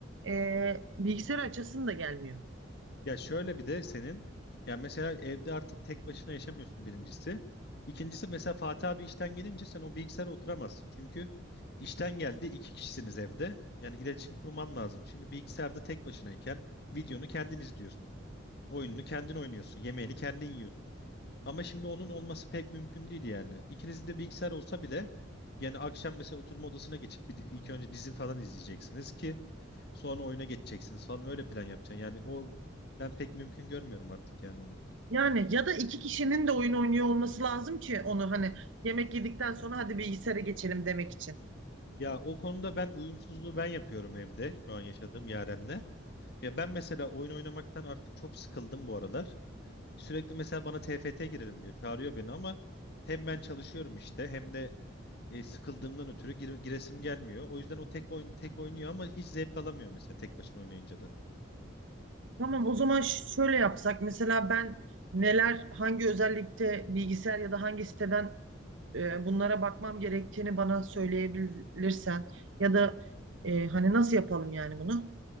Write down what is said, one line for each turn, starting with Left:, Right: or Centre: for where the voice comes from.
Right: e, bilgisayar açasım da gelmiyor.
Left: Ya şöyle bir de senin ya mesela evde artık tek başına yaşamıyorsun birincisi. İkincisi mesela Fatih abi işten gelince sen o bilgisayara oturamazsın. Çünkü işten geldi iki kişisiniz evde. Yani iletişim kurman lazım. Şimdi bilgisayarda tek başınayken videonu kendin izliyorsun. Oyununu kendin oynuyorsun. Yemeğini kendin yiyorsun. Ama şimdi onun olması pek mümkün değil yani. İkinizin de bilgisayar olsa bile yani akşam mesela oturma odasına geçip bir, ilk önce dizi falan izleyeceksiniz ki Sonra oyuna geçeceksiniz falan öyle plan yapacaksın. Yani o ben pek mümkün görmüyorum artık yani onu.
Right: Yani ya da iki kişinin de oyun oynuyor olması lazım ki onu hani yemek yedikten sonra hadi bilgisayara geçelim demek için.
Left: Ya o konuda ben uyumsuzluğu ben yapıyorum evde şu an yaşadığım Yaren'le. Ya ben mesela oyun oynamaktan artık çok sıkıldım bu aralar. Sürekli mesela bana T F T girelim diyor. Çağırıyor beni ama hem ben çalışıyorum işte hem de e, sıkıldığımdan ötürü gir- giresim gelmiyor. O yüzden o tek oyun tek oynuyor ama hiç zevk alamıyor mesela tek başına oynayınca da.
Right: Tamam o zaman ş- şöyle yapsak mesela ben neler hangi özellikte bilgisayar ya da hangi siteden e, bunlara bakmam gerektiğini bana söyleyebilirsen ya da e, hani nasıl yapalım yani bunu?